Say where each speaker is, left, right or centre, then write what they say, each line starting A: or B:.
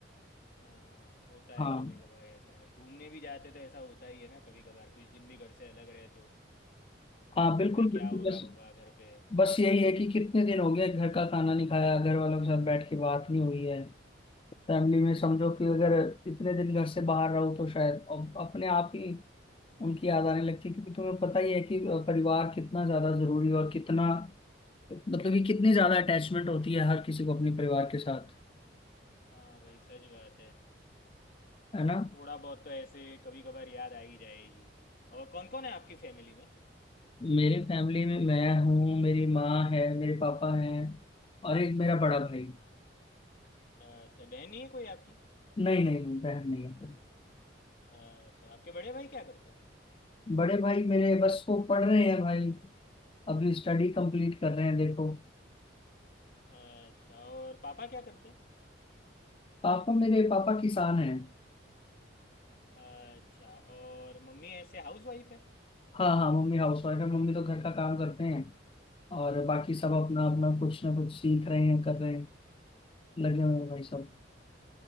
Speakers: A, on the left; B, on the left.
A: हाँ होता है
B: हाँ
A: कभी कभार ऐसा है घूमने भी जाते तो ऐसा होता ही है ना कभी कभार कुछ दिन भी घर से अलग रहे तो
B: हाँ बिल्कुल
A: कि भाई
B: बिल्कुल
A: क्या हो रहा
B: बस
A: होगा घर पे
B: बस
A: हम्म
B: यही है कि कितने दिन हो गए घर का खाना नहीं खाया घर वालों के साथ बैठ के बात नहीं हुई है फैमिली
A: हम्म,
B: में समझो कि अगर इतने दिन घर से बाहर रहो तो शायद अब अपने आप ही उनकी याद आने लगती है क्योंकि तुम्हें पता ही है कि परिवार कितना ज्यादा जरूरी है और कितना मतलब कि कितनी ज्यादा अटैचमेंट होती है हर किसी को अपने परिवार के साथ
A: हाँ भाई सच बात है
B: है ना
A: थोड़ा बहुत तो ऐसे कभी कभार याद आ ही जाएगी और कौन कौन है आपकी फैमिली में
B: मेरे फैमिली में मैं हूँ मेरी माँ है मेरे पापा हैं और एक मेरा बड़ा भाई
A: अच्छा बहन नहीं है कोई आपकी
B: नहीं नहीं नहीं बहन नहीं है
A: अच्छा आपके बड़े भाई क्या करते हैं
B: बड़े भाई मेरे बस वो पढ़ रहे हैं भाई अभी स्टडी कंप्लीट कर रहे हैं देखो
A: अच्छा और पापा क्या करते
B: पापा मेरे पापा किसान हैं
A: हैं अच्छा और मम्मी ऐसे हाउस वाइफ है
B: हाँ हाँ मम्मी हाउसवाइफ है मम्मी तो घर का काम करते हैं और बाकी सब
A: अच्छा
B: अपना अपना कुछ ना कुछ सीख रहे हैं कर रहे हैं लगे हुए हैं
A: हम्म,
B: भाई सब